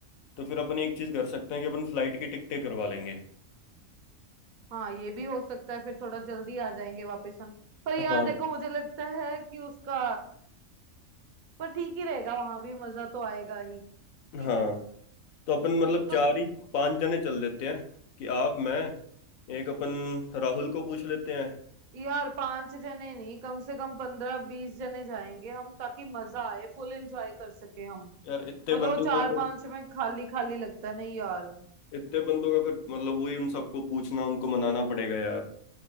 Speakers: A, on the left; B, on the right.
A: तो फिर अपन एक चीज कर सकते हैं कि अपन फ्लाइट की टिकटें करवा लेंगे
B: हाँ ये भी हो सकता है फिर थोड़ा जल्दी आ जाएंगे वापस हम पर यार
A: हाँ
B: देखो मुझे लगता है कि उसका पर ठीक ही रहेगा वहां भी मजा तो आएगा ही ठीक
A: हाँ
B: है
A: तो अपन मतलब
B: तो
A: चार ही पांच जने चल लेते हैं कि आप मैं एक अपन राहुल को पूछ लेते हैं
B: यार पांच जने नहीं कम से कम पंद्रह बीस जने जाएंगे हम ताकि मजा आए फुल एंजॉय कर सके हम
A: यार इतने
B: मतलब
A: बंदों
B: वो चार
A: का फिर
B: पांच में खाली खाली लगता नहीं यार
A: इतने बंदों का फिर मतलब वही उन सबको पूछना उनको मनाना पड़ेगा यार